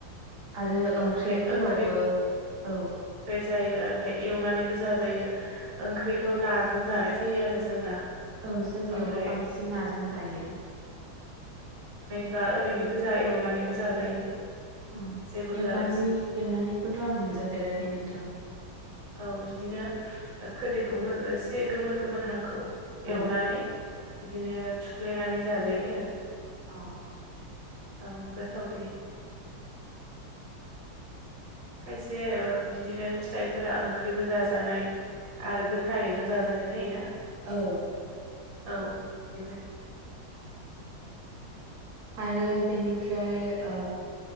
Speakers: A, on the right; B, on the right.
A: आरो
B: औ
A: ओंख्रिफोरावबो
B: ओमफाय ओंख्रि
A: औ
B: जायो ओमफाय एउनानैबो जाजायो ओंखो ओंख्रिखौ नाजों जानाय जायो आरो जोंना
A: औ जोंनियावबो
B: ओमफ्राय
A: बांसिन नाजों जायो।
B: फ्रा ओरैनो गोजा एवनानैबो जाजायो।
A: औ
B: जेबो होआलासिनो
A: एवनानै एवनानैखौथ' आं मोनजाफेराखै नोंथां।
B: औ बिदिनो खोरदैखौ मो एसे गोमोन गोमोन हांखौ
A: औ
B: ऐवनानै बिदिनो थुफ्लेनानै जाजायो आरो
A: अ
B: औ गोथाव जायो। खायसे बिदिनो फिथाइफोरा ओंख्रिबो जाजानाय आरो गोथाङैबो जाजानाय थायोना।
A: औ
B: औ बेनो
A: आरो बेनिफ्राय ओ